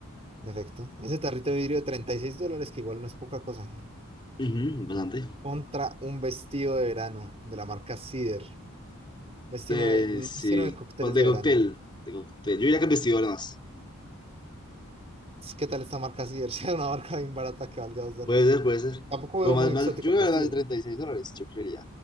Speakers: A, on the right; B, on the left.
A: en efecto. Ese tarrito de vidrio de 36 dólares, que igual no es poca cosa.
B: Ujú, bastante.
A: <laughs> Contra un vestido de verano de la marca Cider. Vestido
B: Eh,
A: de, un
B: sí,
A: vestido de cócteles
B: pues de
A: de
B: cóctel,
A: verano.
B: de cóctel. Yo iría con vestido más.
A: Pues, ¿Qué tal esta marca Cider? <laughs> Sea una marca bien barata que valga dos dólares.
B: Puede ser, puede ser.
A: Tampoco
B: Pues
A: veo
B: más,
A: muy
B: más,
A: exótico
B: yo creo
A: el vestido.
B: que más de 36 dólares, yo creería.